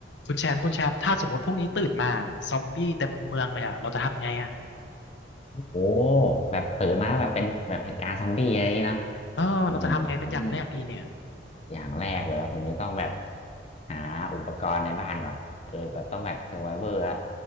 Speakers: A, on the left; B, on the left.
A: คุณแชมป์คุณแชมป์ถ้าสมมติพรุ่งนี้ตื่นมาซอมบี้เต็มเมืองเลยอ่ะเราจะทำไงอ่ะ
B: โอ้แบบตื่นมาแบบเป็นแบบเหตุการณ์ซอมบี้อะไรอย่างนี้เนอะ
A: เออเราจะทำไงเป็นอย่างแรกดีเนี่ย
B: อือหืออืมอย่างแรกเลยผมจะต้องแบบหาอุปกรณ์ในบ้านก่อนเออแบบต้องแบบเซอร์ไวเวอร์ละ